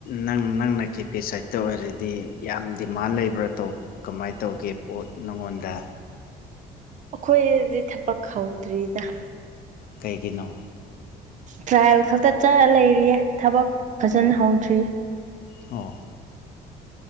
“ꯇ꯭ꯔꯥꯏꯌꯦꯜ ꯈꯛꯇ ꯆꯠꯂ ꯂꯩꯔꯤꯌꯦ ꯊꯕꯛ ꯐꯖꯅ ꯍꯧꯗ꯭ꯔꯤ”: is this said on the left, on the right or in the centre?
Right